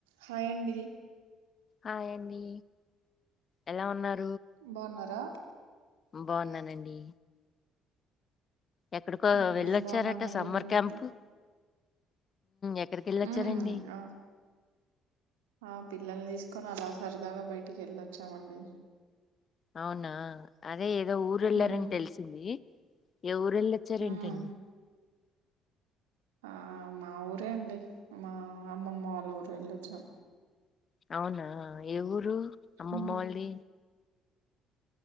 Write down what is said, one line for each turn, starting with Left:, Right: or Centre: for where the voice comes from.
Right: Hi అండి
Left: hi అండి ఎలా ఉన్నారు
Right: బాగున్నారా
Left: బాగున్నానండి ఎక్కడికో
Right: మ్మ్,
Left: వెళ్ళొచ్చారట
Right: బాగున్నానండి
Left: సమ్మర్
Right: నేను
Left: క్యాంప్
Right: కూడా
Left: ఎక్కడికెళ్ళోచ్చారండి
Right: ఉమ్ ఆ ఆ పిల్లల్ని తీసుకొని అలా సరదాగా బయటికి వెళ్ళొచ్చామండి
Left: అవునా అదే ఏ ఏదో ఊరు వెళ్లారని
Right: ఉమ్
Left: తెలిసింది ఏ ఊరుఎళ్ళొచ్చారెంటండి
Right: ఉమ్ ఆ మా ఊరే అండి మా అమ్మమ్మ వాళ్ళ ఊరు వెళ్ళొచ్చాం
Left: అవునా ఏ ఊరు అమ్మమ్మ
Right: ఉమ్
Left: వాళ్ళది